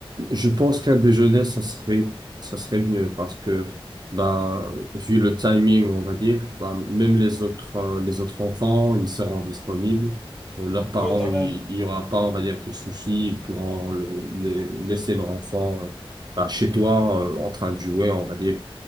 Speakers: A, on the right (about 45°); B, in the centre.
A: je pense qu'un déjeuner, ça serait, ça serait mieux parce que, bah, vu le timing, on va dire, bah, même les autres, euh, les autres enfants, ils seront disponibles. Euh, Leurs parents,
B: Oui, t'as
A: il
B: raison.
A: il y aura pas, on va dire, de soucis. Ils pourront le- les- laisser leur enfant, euh, bah, chez toi, euh, en train de jouer, on va dire,